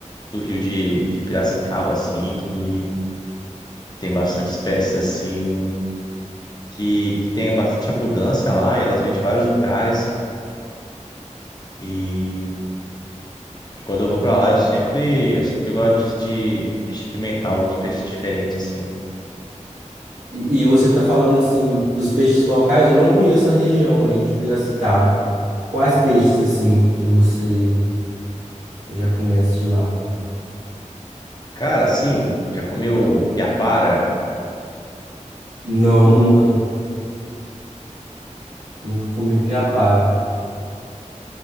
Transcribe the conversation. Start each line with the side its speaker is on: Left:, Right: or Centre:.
Left: do rio de, de Piracicaba, assim, que, que tem bastante espécies, assim, que, que tem bastante abundância lá, e elas vêm de vários lugares. E, e quando eu vou pra lá, eu sempre, eu sempre gosto de, de de experimentar alguns peixes diferentes, assim.
Right: E, e você está falando assim dos peixes locais, eu não conheço a região aí de Piracicaba. Quais peixes assim que você já conhece de lá?
Left: Cara, assim, já comeu piapara?
Right: Não, nunca. Nunca comi piapara.